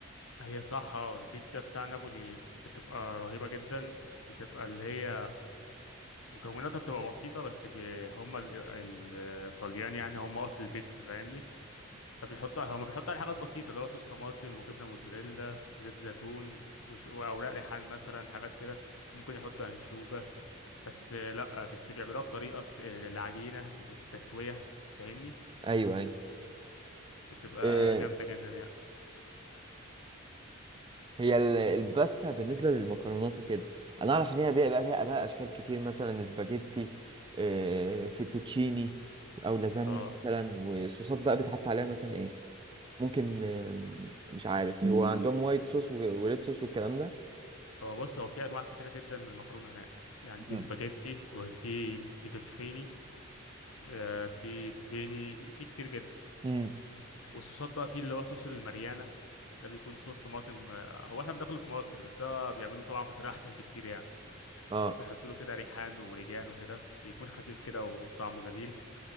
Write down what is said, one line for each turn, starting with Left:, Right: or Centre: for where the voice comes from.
Left: هي صح اه البيتزا بتاع نابولي بتبقى رهيبة جدا بتبقى اللي هي مكوناتها بتبقى بسيطة بس بي هم ال- ال- الطليان يعني هم أصل البيتزا فاهمني فبيحطوا هم بيحطوا عليها حاجات بسيطة اللي هو صوص طماطم وجبنة موتزاريلا زيت زيتون وش- وأوراق ريحان مثلا حاجات كده ممكن يحطوا أنشوجة بس لأ بس بيعملوها بطريقة العجينة والتسوية فاهمني
Right: ايوه
Left: بتبقى
Right: ايوه
Left: جامدة جدا يعني
Right: هي ال- الباستا بالنسبة للمكرونات وكده أنا أعرف إن هي بقى بقى لها بقى أشكال كتير مثلا سباجيتي آه، فيتوتشيني أو لازانيا
Left: اه
Right: مثلا والصوصات بقى بيتحط عليها مثلا إيه ممكن آه، مش عارف هو عندهم وايت صوص و- وريد صوص والكلام ده
Left: هو بص هو في انواع كتيره جدا من المكرونه هناك يعني في
Right: مم.
Left: سباجيتي وفي فيتوتشيني آه، في بيني في كتير جدا
Right: امم
Left: والصوصات بقى في اللي هو صوص الماريانا ده بيكون صوص طماطم آه، هو احنا بناكله في مصر بس هو بيعملوه طبعا بطريقه <laughs> احسن بكتير يعني
Right: اه
Left: بيحطوا له كده ريحان وريجان وكده بيكون خفيف كده وطعمه جميل